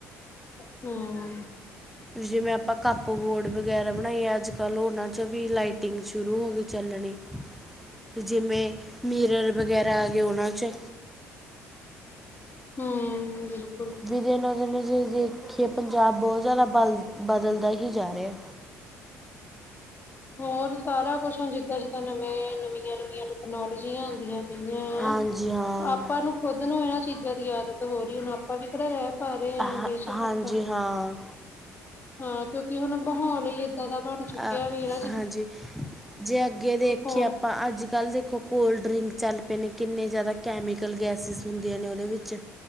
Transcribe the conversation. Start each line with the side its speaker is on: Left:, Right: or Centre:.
Left: ਹਮ
Centre: ਜਿਵੇਂ ਆਪਾ ਕੱਪ ਬੋਰਡ ਵਗੈਰਾ ਬਣਾਈਏ ਅੱਜ ਕੱਲ ਉਹਨਾਂ ਚ ਵੀ ਲਾਈਟਿੰਗ ਸ਼ੁਰੂ ਹੋਗੀ ਚੱਲਣੀ ਜਿਵੇ ਮਿਰੇਰ ਵਗੈਰਾ ਆਗੇ ਉਹਨਾ 'ਚ
Left: ਹਮ
Centre: ਵਿ ਦਿਨੋ ਦਿਨੇ ਜੇ ਦੇਖੀਏ ਪੰਜਾਬ ਬਹੁਤ ਜਿਆਦਾ ਬਲ ਬਦਲਦਾ ਹੀ ਜਾ ਰਿਹਾ
Left: ਹੋਰ ਸਾਰਾ ਕੁਛ ਹੁਣ ਜਿਦਾ- ਜਿੱਦਾ ਨਵੇਂ ਆਏ ਆ ਨਵੀਆਂ- ਨਵੀਆਂ ਤਕਨਾਲੋਜੀਆਂ ਆਉਂਦੀਆ
Centre: ਹਾਂਜੀ ਹਾਂ
Left: ਆਪਾਂ ਨੂੰ ਖੁੱਦ ਨੂੰ ਇਹਨਾ ਚੀਜਾਂ ਦੀ ਆਦਤ ਹੋ ਰਹੀ ਹੁਣ ਆਪਾਂ ਵੀ ਕਿਹੜਾ ਰਹਿ ਸਾਰੇ ਆ
Centre: ਹ
Left: ਬੇਸ਼ੱਕ
Centre: ਹਾਂਜੀ
Left: ਆਪਾ
Centre: ਹਾਂ
Left: ਹਾਂ ਕਿਉਂਕਿ ਹੁਣ ਮਾਹੌਲ ਹੀ ਏਦਾ ਦਾ ਬਣ ਚੁੱਕਿਆ
Centre: ਅ
Left: ਵੀ ਇਹ
Centre: ਹਾਂਜੀ ਜੇ ਅੱਗੇ ਦੇਖੀਏ
Left: ਫੋਨ
Centre: ਆਪਾਂ ਅੱਜ ਕੱਲ ਦੇਖੋ ਕੋਲਡ ਡਰਿੰਕ ਚੱਲ ਪਏ ਨੇ ਕਿੰਨੇ ਜਿਆਦਾ ਕੈਮੀਕਲ ਗੈਸਿਸ ਹੁੰਦੀਆ ਨੇ ਉਹਦੇ ਵਿੱਚ